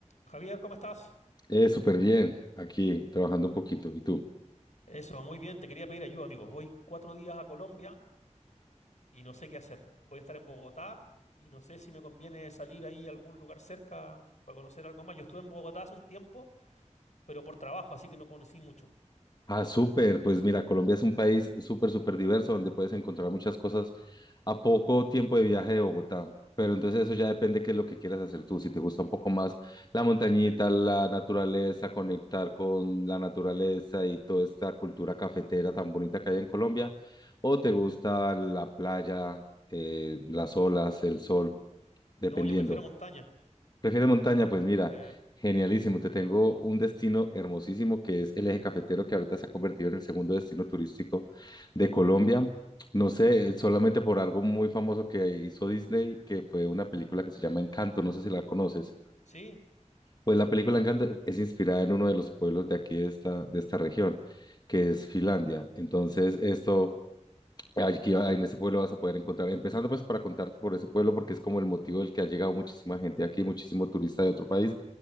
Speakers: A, on the left; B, on the left.
A: Javier, ¿cómo estás?
B: Eh, súper bien, aquí trabajando un poquito. ¿Y tú?
A: Eso, muy bien, te quería pedir ayuda, amigo. Voy cuatro días a Colombia y no sé qué hacer. Voy a estar en Bogotá y no sé si me conviene salir ahí a algún lugar cerca para conocer algo más. Yo estuve en Bogotá hace un tiempo, pero por trabajo, así que no conocí mucho.
B: Ah, súper. Pues mira, Colombia es un país súper, súper diverso donde puedes encontrar muchas cosas a poco tiempo de viaje de Bogotá. Pero entonces eso ya depende qué es lo que quieras hacer tú. Si te gusta un poco más la montañita, la naturaleza, conectar con la naturaleza y toda esta cultura cafetera tan bonita que hay en Colombia, o te gusta la playa, eh, las olas, el sol, dependiendo.
A: No, yo prefiero montaña.
B: ¿Prefieres montaña? Pues mira,
A: Eh,
B: genialísimo. Te tengo un destino hermosísimo que es el eje cafetero que ahorita se ha convertido en el segundo destino turístico de Colombia. No sé, solamente por algo muy famoso que hizo Disney, que fue una película que se llama Encanto, no sé si la conoces.
A: sí,
B: Pues la película Encanto es inspirada en uno de los pueblos de aquí, de esta, de esta región, que es Finlandia. Entonces, esto, aquí va- en ese pueblo vas a poder encontrar, empezando pues para contarte por ese pueblo, porque es como el motivo del que ha llegado muchísima gente aquí, muchísimo turista de otro país